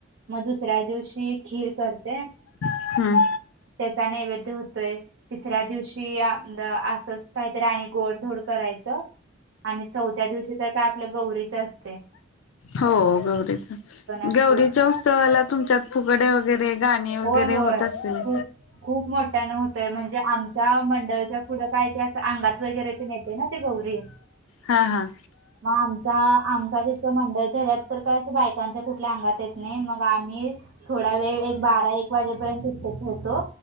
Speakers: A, on the right; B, on the left.
A: मग दुसऱ्या दिवशी खीर करते.
B: हम्म
A: त्याचा नेवैद्य होतोय. तिसऱ्या दिवशी असंच काहीतरी आणि गोडधोड करायचं. आणि चौथ्या दिवशी तर आपल्या गौरीच असतय.
B: हो गौरीच
A: असतो
B: गौरीच्या उत्सवाला तुमच्यात फुगड्या वगैरे गाणी वगैरे
A: होय होय
B: होतअसतील.
A: खूप खूप मोठ्यानं होतंय म्हणजे आमच्या मंडळाच्या पुुढं काय ते असं अंगात वगैरे ना ते गौरी.
B: हा हा
A: मग आमचा आमचा जथं मंडळ चेहऱ्यात तर काय बायकांच्या कुठल्या अंगात येत नाही मग आम्ही थोडा वेळ एक बारा एक वाजेपर्यंत खेळतो.